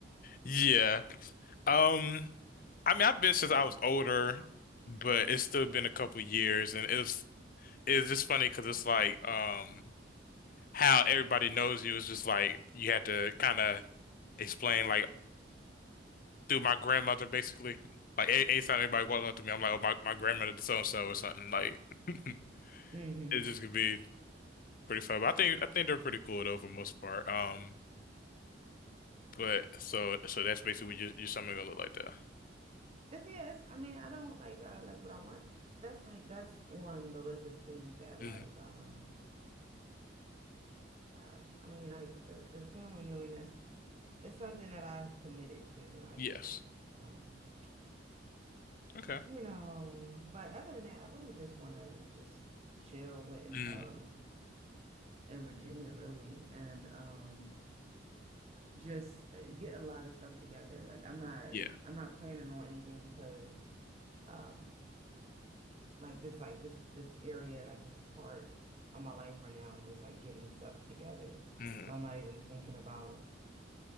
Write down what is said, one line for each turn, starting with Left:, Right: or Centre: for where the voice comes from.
Left: Yeah. Um, I mean, I've been since I was older, but it's still been a couple years, and it was it's just funny because it's like um how everybody knows you is just like you have to kind of explain like through my grandmother basically. Like a- anytime anybody walks up to me, I'm like, oh my, my grandmother did so and so or something. Like <laughs> it
Right: mm-hmm.
Left: just could be pretty fun. But I think I think they're pretty cool though for the most part. Um, but so so that's basically what you you're something gonna look like that.
Right: It's yes. I mean, I don't like uh like what I want. That's like that's on the list of things that
Left: Mhm.
Right: like um. Gosh, I mean, like the the family reunion is it's something that I've committed to, I
Left: Yes.
Right: guess. Um,
Left: Okay.
Right: you know, but other than that, I really just want to just chill with in
Left: Mhm.
Right: um in Virginia, really, and um just uh, get a lot of stuff together. Like I'm not
Left: Yeah.
Right: I'm not planning on anything because um like this like this this area like this part of my life right now, I'm just like getting stuff together.
Left: Mhm.
Right: So I'm not even thinking about